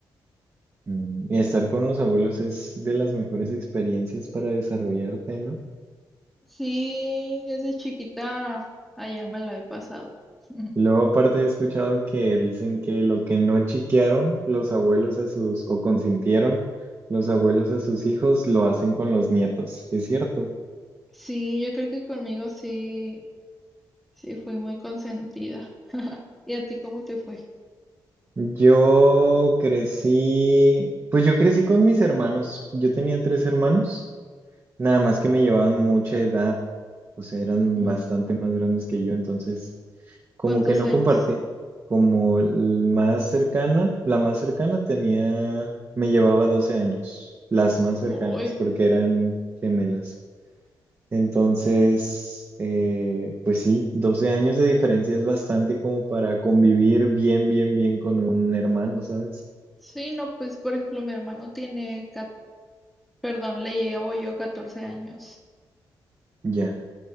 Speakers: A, on the right; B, in the centre.
A: mm, Y estar con los abuelos es de las mejores experiencias para desarrollarte, ¿no?
B: Sí, desde chiquita allá me la he pasado. <laughs>
A: Luego aparte he escuchado que dicen que lo que no chiquearon los abuelos a sus, o consintieron los abuelos a sus hijos, lo hacen con los nietos. ¿Es cierto?
B: Sí, yo creo que conmigo sí, sí fui muy consentida. ¿Y a ti cómo te fue?
A: Yo crecí, pues yo crecí con mis hermanos. Yo tenía tres hermanos, nada más que me llevaban mucha edad, o sea, eran
B: Mm,
A: bastante más grandes que yo, entonces como
B: ¿Cuántos
A: que no
B: años?
A: compartí. Como el más cercana, la más cercana tenía, me llevaba 12 años, las más cercanas,
B: Uy,
A: porque eran gemelas. Entonces, eh, pues sí, 12 años de diferencia es bastante como para convivir bien, bien, bien con un hermano, ¿sabes?
B: sí, no, pues por ejemplo mi hermano tiene, cat- perdón, le llevo yo catorce años.
A: Ya.